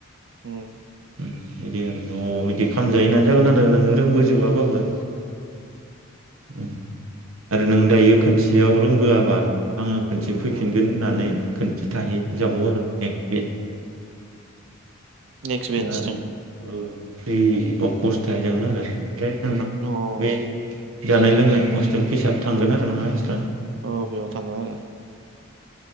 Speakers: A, on the right (about 65°); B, on the right (about 85°).
A: उम
B: ओ बिदि आरो अ' बिदि खामजायो होनना जागोन आरो नोङो रोंबोजोबाबाबो उम आरो नों दायो खोनसेयाव रोंबोआबा आङो खनसे फैफिनगोन
A: उम,
B: होननानै खोनसे थाहैजाबावो आरो नेक्स्ट बेस्ट।
A: नेक्स्ट बेटसजों
B: दा ओ फ्रियै। अब कर्स थाहै जागोन आरो ओमफ्राय नोंना
A: अ
B: बे जानाय लोंनाय हस्टेल फिसआ थांगोन आरो नोंहा एसट्रा।
A: औ बेयाव थांगोन आरो।